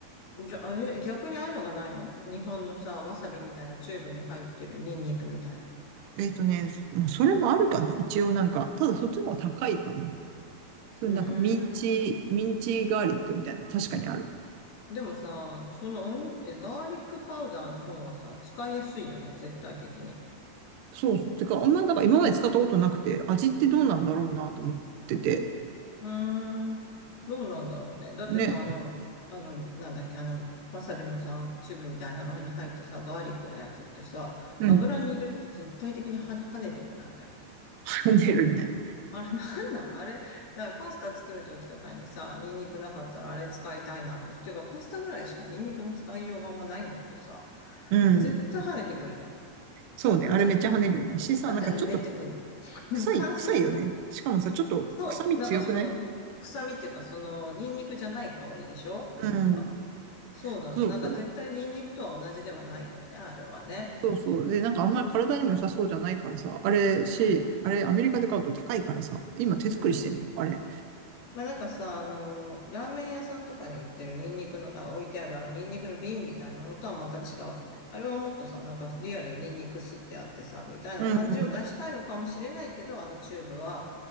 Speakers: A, on the left; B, on the right.
A: うん。じゃあ、え、逆にああいうのがないの日本のさ、わさびみたいなチューブに入ってるニンニクみたいな。
B: えっとね、まあ、それもあるかな一応なんか、ただそっちの方が高いかな。それなんかミンチ、
A: うーん。
B: ミンチガーリックみたいな、確かにある。
A: でもさ、そのおにえガーリックパウダーの方がさ、使いやすいよね、絶対的に。
B: そうそう。てか、あんまりだから今まで使ったことなくて、味ってどうなんだろうなと思ってて。
A: うん。うーん、どうなんだろうね。だってさ、
B: ね。
A: あの、あの、なんだっけ、あの、わさびのさ、チューブみたいなのに入ったさ、ガーリックのやつってさ、
B: うん。
A: 油に入れると絶対的には跳ねてこない、あれ。
B: <laughs> 跳ねるね。
A: あれなんなんあれ、だからパスタ作るときとかにさ、ニンニクなかったらあれ使いたいなと。ていうか、パスタぐらいしかニンニクの使いようがあんまないんだけどさ、
B: うん。
A: 絶対跳ねてくるじゃん。
B: そうね。
A: なんであれ
B: あれめっちゃ跳ねるよね。しさ、
A: なんであれ練ってくんの
B: なんかちょっと
A: <laughs>
B: 臭い、
A: 乾燥さ、
B: 臭いよね。しかもさ、ちょっと臭み強くない
A: そう、なんかその、臭みっていうか、その、ニンニクじゃない香りでしょなんか、
B: うん。
A: そうなの。
B: そうそう。
A: なんか絶対ニンニクとは同じではないよね、あれはね。
B: そうそう。で、なんかあんまり体にも良さそうじゃないからさ、あれし、
A: うん、
B: あれアメリカで買うと高いからさ、今手作りしてんだよ、
A: うん。
B: あれ。
A: まあなんかさ、あのー、ラーメン屋さんとかに売ってるニンニクの、あ、置いてあるあのニンニクの瓶みたいなのとはまた違うよね。あれはもっとさ、なんかリアルにニンニク吸ってあってさ、みたいな感じを出したいのかもしれないけど、
B: うん
A: あのチューブは